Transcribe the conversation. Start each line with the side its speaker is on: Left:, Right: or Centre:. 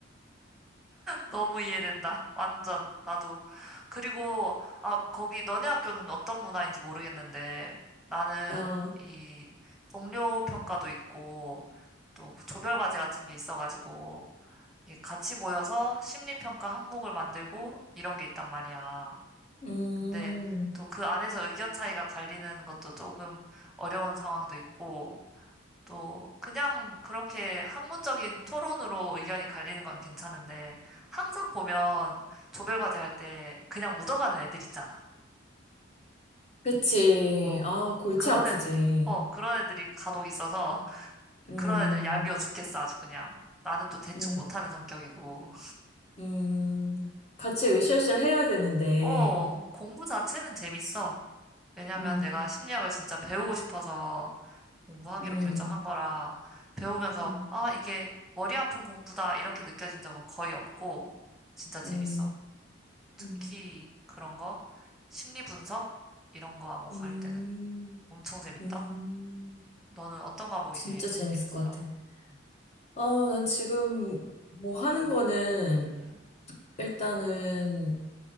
Centre: 너무 이해된다. 완전, 나도. 그리고, 아, 거기 너네 학교는 어떤 문화인지 모르겠는데, 나는
Left: 아,
Centre: 이 동료 평가도 있고, 또 조별 과제 같은 게 있어가지고, 이게 같이 모여서 심리평가 항목을 만들고 이런 게 있단 말이야.
Left: 음,
Centre: 근데 또 그 안에서 의견 차이가 갈리는 것도 조금 어려운 상황도 있고, 또 그냥 그렇게 학문적인 토론으로 의견이 갈리는 건 괜찮은데, 항상 보면 조별과제 할 때 그냥 묻어가는 애들 있잖아.
Left: 그치.
Centre: 어.
Left: 아, 골치
Centre: 그런
Left: 아프지.
Centre: 애들이, 어, 그런 애들이 간혹 있어서, <laughs>
Left: 음,
Centre: 그런 애들 얄미워 죽겠어, 아주 그냥. 나는 또 대충
Left: 음,
Centre: 못하는 성격이고.
Left: 음. 같이 으쌰으쌰 해야 되는데,
Centre: 어, 공부 자체는 재밌어. 왜냐면
Left: 음,
Centre: 내가 심리학을 진짜 배우고 싶어서 공부하기로
Left: 음,
Centre: 결정한 거라 배우면서
Left: 음,
Centre: 아, 이게 머리 아픈 공부다 이렇게 느껴진 적은 거의 없고 진짜 재밌어.
Left: 음,
Centre: 특히
Left: 음,
Centre: 그런 거 심리 분석 이런 거 과목
Left: 음,
Centre: 할 때는 엄청 재밌다.
Left: 음.
Centre: 너는 어떤 과목이
Left: 진짜
Centre: 제일 좀
Left: 재밌을
Centre: 재밌어?
Left: 것 같아.
Centre: 응.
Left: 아, 난 지금 뭐 하는 거는
Centre: 응.
Left: 일단은